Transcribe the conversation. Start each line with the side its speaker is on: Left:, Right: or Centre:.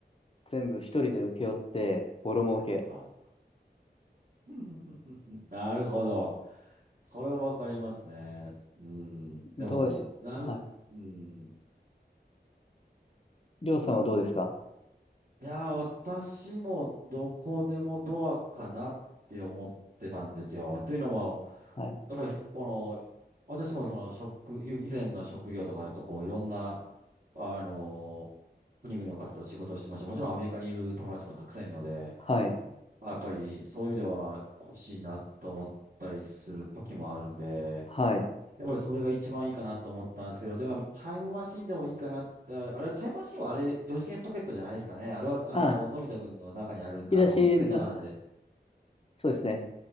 Left: 全部一人で請け負って、ボロ儲け。
Right: はい。うんうんうんうんうんなるほど。それはわかりますね。うん。でも、
Left: どうでしょう、
Right: なる、
Left: はい。
Right: うん。
Left: りょうさんはどうですか
Right: いやー、私もどこでもドアかなって思ってたんですよ。というのも、
Left: はい。
Right: やっぱりこの、私もその職、以前の職業とか、やっぱこういろんな、あのー国々の方と仕事をしてました。もちろんアメリカにいる友達もたくさんいるので、
Left: はい。
Right: あやっぱりそういう意味では欲しいなと思ったりする時もあるんで、
Left: はい。
Right: やっぱりそれが一番いいかなと思ったんですけど、でもやっぱタイムマシンでもいいかなって、あれ、タイムマシンはあれ、四次元ポケットじゃないですかね。あれは、あの、
Left: あ、
Right: のび太くんの中にある、
Left: 引き出しな、
Right: あの、机の中なんで、
Left: そうですね。